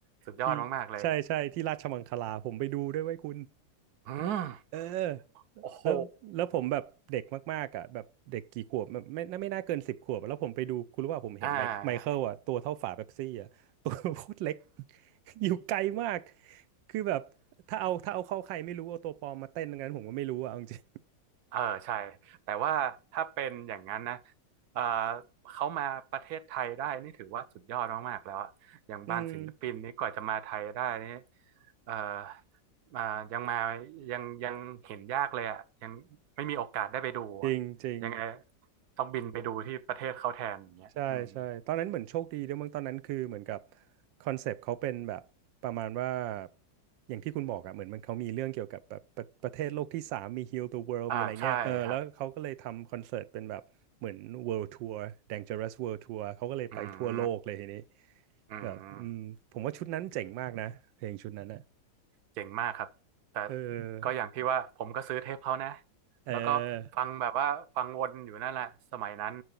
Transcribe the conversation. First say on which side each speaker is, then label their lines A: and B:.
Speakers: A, on the right; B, on the right.
A: สุดยอดมากๆเลยอะ
B: ที่ใช่ใช่ที่ราชมังคลาผมไปดูด้วยไว้ยคุณ
A: อืม
B: เออ
A: โอ้โห
B: แล้วแล้วผมแบบเด็กมากๆอ่ะแบบเด็กกี่ขวบแบบไม่ไม่ไม่น่าเกินสิบขวบแล้วผมไปดูคุณรู้ว่าผมเห็นไมค์ไมเคิลอ่ะตัวเท่าฝาเป๊ปซี่อ่ะ
A: อ่า
B: <laughs> ตัวโคตรเล็ก <laughs> อยู่ไกลมากคือแบบถ้าเอาถ้าเอาเข้าใครไม่รู้เอาตัวปลอมมาเต้นตรงนั้นผมก็ไม่รู้อ่ะเอาจริง
A: เออใช่แต่ว่าถ้าเป็นอย่างนั้นนะเออเขามาประเทศไทยได้นี่ถือว่าสุดยอดมากๆแล้วอะอย่างบางศิลปินนี่กว่าจะมาไทยได้นี่
B: ๆอืม
A: เออมายังมายังยังเห็นยากเลยอะยังไม่มีโอกาสได้ไปดูอะยังไง
B: จริงจริง
A: ต้องบินไปดูที่ประเทศเขาแทนอย่างเงี้ยอืม
B: ใช่ใช่ตอนนั้นเหมือนโชคดีด้วยมั้งตอนนั้นคือเหมือนกับคอนเซปต์เขาเป็นแบบประมาณว่าอย่างที่คุณบอกอะเหมือนมันเขามีเรื่องเกี่ยวกับแบบประประเทศโลกที่สามมี Heal the World
A: อ่าใช่ครับ
B: มีอะไรเงี้ยเออแล้วเขาก็เลยทำคอนเสิร์ตเป็นแบบเหมือน World Tour Dangerous World Tour เขาก็เลยไปทั่วโลกเลยทีนี้
A: อืมอืม
B: แบบอืมผมว่าชุดนั้นเจ๋งมากนะเพลงชุดนั้นอะ
A: เจ๋งมากครับแต่
B: เออ
A: ก็อย่างที่ว่าผมก็ซื้อเทปเขานะ
B: เอ
A: แล้วก็ฟังแบบว่าฟังวนอยู่นั่นแหละสมัยนั้น
B: อ